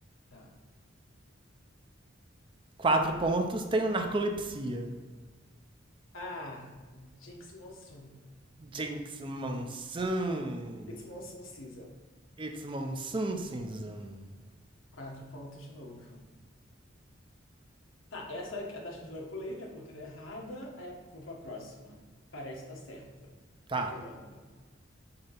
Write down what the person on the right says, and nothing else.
4 pontos. Tem o narcolepsia.
Jinx Monsoon.
It's Monsoon Season.
Tá.